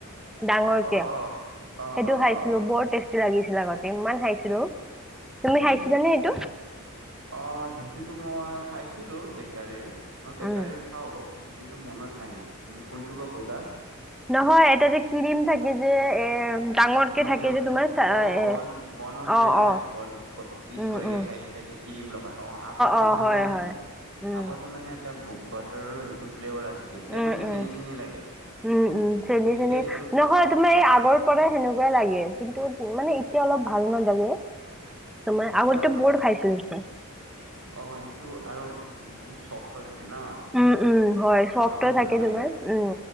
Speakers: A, in the centre; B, on the right (about 65°).
A: ডাঙৰ
B: অ
A: কে।
B: অ অ
A: সেইটো
B: অ
A: খাইছিলো
B: অ
A: বৰ টেষ্টি লাগিছিল আগতে ইমান খাইছিলো। তুমি
B: হয়
A: খাইছিলানে
B: নেকি,
A: এইটো
B: অ' সেইটোতো মই খাইছিলোঁ, বেকাৰীৰ মই বেকাৰী
A: উম
B: খাওঁ কিন্তু মনত নাই। তুমি কোনটো বা কৈলা?
A: নহয়, এটা যে ক্সিম থাকে যে এ ডাঙৰকে
B: মাজত
A: থাকে যে তোমাৰ চা-
B: অ',
A: এ
B: বন বনত
A: অ
B: যে চাই
A: অ
B: বন পিছ
A: উম
B: কৰি
A: উম
B: গে চাইডে চাইডে ক্ৰীম লগাই অ', আগৰটো
A: অ
B: ভাল
A: হয়
B: লাগিছিলে
A: হয় উম
B: আগতে মানে এটা বাটাৰৰ সেইটো ফ্লেভাৰ আছিলে। এতিয়া
A: উম
B: মানে
A: উম
B: চেনি চেনি লাগে।
A: উম, উম চেনী
B: এতিয়া
A: চেনী,
B: সেইটোত
A: নহয় তোমাৰ এই আগৰ পৰাই সেনেকুৱা লাগে। কিন্তু মানে এতিয়া অলপ ভাল নালাগে। ত মই
B: এতিয়া
A: আগতে
B: অলপ
A: বহুত খাইছিলো।
B: অ সেইটো আৰু বহুত চফ্ট থাকে ন?
A: উম, উম, হয় চফ্ট
B: খাওঁতে
A: থাকে।
B: ভাল লাগে
A: তোমাৰ উম,